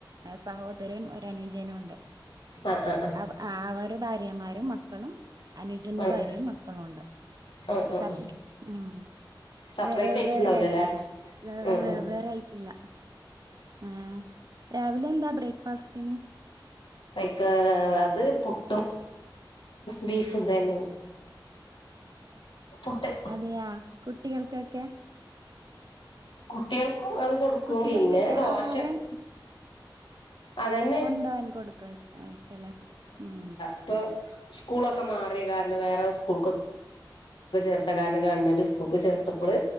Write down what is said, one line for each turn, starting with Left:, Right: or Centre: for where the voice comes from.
Right: സഹോദരൻ, ഒരനുജനുണ്ട്.
Left: ആ ആ ആ
Right: ആ അവര് ഭാര്യമാരും മക്കളും അനുജന്റെ
Left: ആഹ്
Right: ഭാര്യയും മക്കളുണ്ട്
Left: ആഹ് ആഹ്
Right: സ
Left: ആഹ്
Right: ഉം
Left: സെപ്പറേറ്റ്
Right: വെ വെവ്വേറെ
Left: ആയിട്ടുണ്ടാവൂലല്ലേ
Right: ആയിട്ടില്ല വേ വെ
Left: ഉം
Right: വെവ്വേറെ
Left: ഉം
Right: ആയിട്ടില്ല ആഹ് രാവിലെ എന്താ ബ്രേക്ഫാസ്റ്റ്ന്
Left: ഐക്ക് അത് പുട്ടും ബീഫും തന്നെ പുട്ട്
Right: അതെയാ കുട്ടികൾകൊക്കെ
Left: കുട്ടികൾക്കും അത് കൊടുക്കും
Right: കുട്ടികൾക്കൊക്കെ
Left: പിന്നെ ദോശ
Right: ആഹാരം
Left: അതന്നെ
Right: കൊണ്ടോവാൻ കൊടുക്ക ആയിക്കലേ ഉം
Left: പ്പ സ്കൂളൊക്കെ മാറി കാരണം വേറെ സ്കൂൾക് ചേർത്ത കാരണം ഗവൺമെന്റ് സ്കൂൾക്ക് ചേർത്തപ്പള്